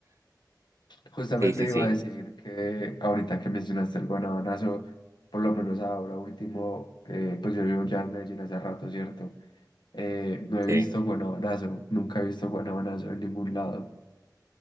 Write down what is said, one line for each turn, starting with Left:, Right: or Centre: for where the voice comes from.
Left: Justamente
Right: Sí, sí,
Left: iba
Right: sí,
Left: a decir que ahorita que mencionaste el guanabanazo, por lo menos ahora último, eh, pues yo llevo ya en Medellín hace rato, ¿cierto? eh, no he visto
Right: sí.
Left: guanabonazo, nunca he visto guanabonazo en ningún lado.